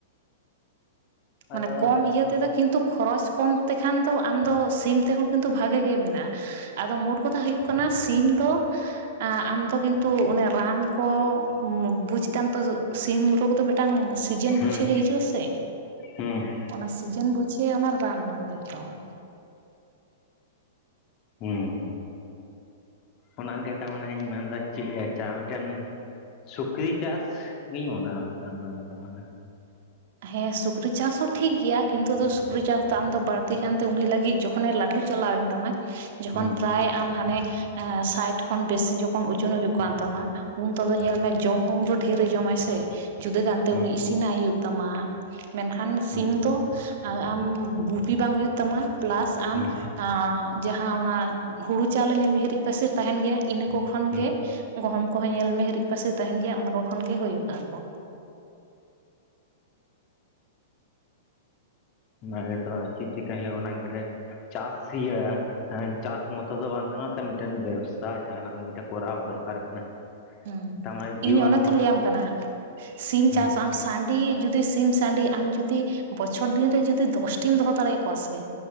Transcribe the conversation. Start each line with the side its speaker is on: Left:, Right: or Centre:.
Right: ᱢᱟᱱᱮ
Left: ᱟᱫᱚ
Right: ᱠᱚᱢ ᱤᱭᱟᱹ
Left: ᱚᱱᱟ
Right: ᱛᱮᱫᱚ ᱠᱤᱱᱛᱩ ᱠᱷᱚᱨᱚᱪ ᱠᱚᱢ ᱛᱮᱠᱷᱟᱱ ᱫᱚ ᱟᱢᱫᱚ ᱥᱤᱢ ᱛᱮᱦᱚᱸ ᱠᱤᱱᱛᱩ ᱵᱷᱟᱜᱮ ᱜᱮ ᱢᱮᱱᱟᱜ-ᱟ᱾ ᱟᱫᱚ ᱢᱳᱴ ᱠᱚᱛᱷᱟ ᱦᱩᱭᱩᱜ ᱠᱟᱱᱟ ᱥᱤᱢ ᱫᱚ ᱮ ᱟᱢ ᱫᱚ ᱠᱤᱱᱛᱩ ᱚᱱᱮ ᱨᱟᱱ ᱠᱚ ᱵᱩᱡᱫᱟᱢ ᱛᱚ ᱥᱤᱢ ᱨᱳᱜᱽ ᱫᱚ ᱢᱤᱫ ᱢᱤᱫᱴᱟᱝ ᱥᱤᱡᱮᱱ
Left: ᱦᱩᱸ
Right: ᱵᱩᱡᱷᱮ ᱜᱮ ᱦᱤᱡᱩᱜ-ᱟᱥᱮ᱾
Left: ᱦᱩᱸ,
Right: ᱚᱱᱟ ᱥᱤᱡᱮᱱ ᱵᱩᱡᱷᱮ ᱚᱱᱟ ᱨᱟᱱ ᱮᱢᱟ ᱠᱚ ᱦᱩᱭᱩᱜ ᱛᱟᱢᱟ᱾
Left: ᱦᱩᱸ ᱚᱱᱟ ᱜᱮ ᱛᱟᱢᱟᱱᱮᱧ ᱢᱮᱱᱫᱟ ᱪᱮᱫ ᱪᱟ ᱢᱤᱫᱴᱮᱱ ᱥᱩᱠᱨᱤ ᱪᱟᱥ ᱜᱤᱧ ᱢᱚᱱᱮ ᱟᱠᱟᱫ-ᱟ ᱡᱚᱛᱚ ᱢᱟᱱᱮ᱾
Right: ᱦᱮᱸ ᱥᱩᱠᱨᱤ ᱪᱟᱥ ᱦᱚᱸ ᱴᱷᱤᱠ ᱜᱮᱭᱟ ᱠᱤᱱᱛᱩ ᱥᱩᱠᱨᱤ ᱪᱟᱥ ᱫᱟᱢ ᱫᱚ ᱵᱟᱹᱲᱛᱤ ᱠᱟᱱᱛᱮ ᱩᱱᱤ ᱞᱟᱹᱜᱤᱫ ᱡᱚᱠᱷᱚᱱᱮ ᱞᱟᱹᱴᱩ ᱪᱟᱞᱟᱣᱮᱱ ᱛᱟᱢᱟ ᱡᱚᱠᱷᱚᱱ
Left: ᱦᱩᱸ
Right: ᱯᱨᱟᱭ ᱟᱢ ᱦᱟᱱᱮ ᱮ ᱥᱟᱭᱴ ᱠᱷᱚᱱ ᱵᱮᱥᱤ ᱡᱚᱠᱷᱚᱱ ᱳᱡᱚᱱᱮ ᱦᱩᱭᱩᱜ ᱠᱟᱱ ᱛᱟᱢᱟ ᱩᱱ ᱛᱮᱫᱚ ᱧᱮᱞ ᱢᱮ ᱡᱚᱢ ᱦᱚᱸ ᱩᱱ ᱫᱚ ᱰᱷᱨᱮ ᱮ ᱡᱚᱢᱟᱭ ᱥᱮ ᱡᱩᱫᱟᱹ ᱜᱟᱱᱛᱮ
Left: ᱦᱩᱸ
Right: ᱩᱱᱤ ᱤᱥᱤᱱᱟᱭ ᱩᱭᱩᱜ ᱛᱟᱢᱟ ᱢᱮᱱᱠᱷᱟᱱ ᱥᱤᱢ
Left: ᱦᱩᱸ
Right: ᱫᱚ ᱟᱢ ᱜᱩᱯᱤ ᱵᱟᱝ ᱦᱩᱭᱩᱜ ᱛᱟᱢᱟ ᱯᱞᱟᱥ ᱟᱢ
Left: ᱦᱩᱸ
Right: ᱡᱟᱦᱟᱸ ᱚᱱᱟ ᱦᱩᱲᱩ ᱪᱟᱣᱞᱮ ᱧᱮᱞ ᱢᱮ ᱦᱤᱨᱤᱡ ᱯᱟᱹᱥᱤᱨ ᱛᱟᱦᱮᱱ ᱜᱮᱭᱟ ᱤᱱᱟᱹ ᱠᱚ ᱠᱷᱚᱱ
Left: ᱦᱩᱸ
Right: ᱜᱮ ᱜᱚᱦᱚᱢ ᱠᱚᱦᱚᱸ ᱧᱮᱞᱢᱮ ᱦᱤᱨᱤᱡ ᱯᱟᱹᱥᱤᱨ ᱛᱟᱦᱮᱱ ᱜᱮᱭᱟ ᱚᱱᱟ ᱠᱚ ᱠᱷᱚᱱᱜᱮ ᱦᱩᱭᱩᱜ-ᱟᱠᱚ᱾
Left: ᱚᱱᱟ ᱜᱮᱛᱚ ᱪᱮᱫ ᱪᱤᱠᱟᱹᱭ ᱦᱩᱭᱩᱜ-ᱟ ᱚᱱᱟᱜᱮ ᱢᱤᱫᱴᱮᱱ ᱪᱟᱥ ᱤᱭᱟᱹ ᱦᱮᱸ ᱪᱟᱥ ᱢᱚᱛᱚ ᱫᱚ ᱵᱟᱝ ᱠᱟᱱᱟ ᱛᱚ ᱢᱤᱫᱴᱮᱱ ᱵᱮᱵᱽᱥᱟ ᱡᱟᱦᱟᱱᱟᱜ ᱜᱮ ᱢᱤᱫᱴᱮᱱ ᱠᱚᱨᱟᱣ ᱫᱚᱨᱠᱟᱨ ᱠᱟᱱᱟ᱾
Right: ᱦᱩᱸ
Left: ᱛᱟᱨᱢᱟᱱᱮ ᱡᱤᱭᱚᱱ
Right: ᱤᱧ ᱚᱱᱮ ᱛᱩᱧ
Left: ᱵᱟᱠᱷᱟᱱ
Right: ᱞᱟᱹᱭ ᱟᱢ ᱠᱟᱱᱟ ᱥᱤᱢ
Left: ᱦᱩᱸ
Right: ᱪᱟᱥ ᱟᱢ ᱥᱟᱺᱰᱤ ᱡᱩᱫᱤ ᱥᱤᱢ ᱥᱟᱺᱰᱤ ᱟᱢ ᱡᱩᱫᱤ ᱵᱚᱪᱷᱚᱨ ᱫᱤᱱ ᱨᱮ ᱡᱩᱫᱤ ᱫᱚᱥᱴᱤᱢ ᱫᱚᱦᱚ ᱫᱟᱲᱮᱭᱟᱠᱚᱣᱟ ᱥᱮ